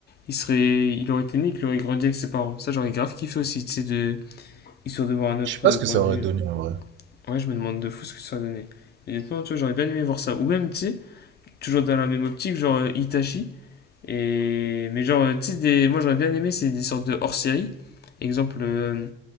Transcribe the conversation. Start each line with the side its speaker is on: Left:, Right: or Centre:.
Left: il serait, il aurait été né, qu'il aurait grandi avec ses parents. Ça, j'aurais grave kiffé aussi, tu sais, de, histoire de voir un autre
Right: Je sais pas
Left: euh,
Right: ce que
Left: point
Right: ça
Left: de
Right: aurait
Left: vue.
Right: donné
Left: là.
Right: en vrai.
Left: Ouais, je me demande de fou ce que ça va donner. Honnêtement, tu vois, j'aurais bien aimé voir ça. Ou même, tu sais, toujours dans la même optique, genre euh, Itachi. Et... Mais genre, euh, tu sais, des... moi j'aurais bien aimé, c'est des sortes de hors-série. Exemple, euh,